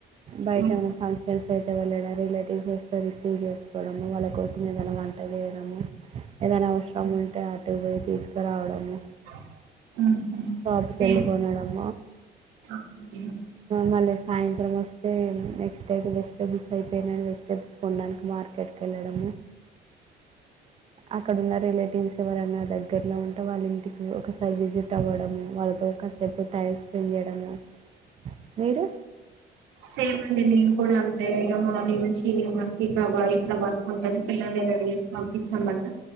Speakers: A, on the right; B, on the right.
A: బయట
B: ఉమ్
A: ఏమైనా ఫంక్షన్స్ అయితే వెళ్ళడం రిలేటివ్స్ వస్తే రిసీవ్ చేసుకోవడము వాళ్ళ కోసం ఏదైనా వంట చేయడము ఏదైనా అవసరం ఉంటే అటు పోయి తీసుకురావడము
B: <inaudible>
A: షాప్
B: సేమ్
A: కెళ్లి కొనడం
B: ఓకే
A: మళ్ళీ సాయంత్రం వస్తే నెక్స్ట్ డే వెజిటేబుల్స్ అయిపోయినను వెజిటేబుల్స్ కొన్నాను మార్కెట్ కి వెళ్ళడము అక్కడ ఉన్న రిలేటివ్స్ ఎవరన్నా దగ్గరలో ఉం అంట వాళ్ళ ఇంటికి ఒకసారి విజిట్ అవ్వడము వాళ్ళతో కాసేపు టైం స్పెండ్ చేయడము మీరు
B: సేమ్ అండి నేను కూడా అంతే ఇక మార్నింగ్ నుంచి ఈవినింగ్ వరకు ఇట్లా ఇట్లా వర్క్ ఉంటాది పిల్లని రెడీ చేసి పంపించామంట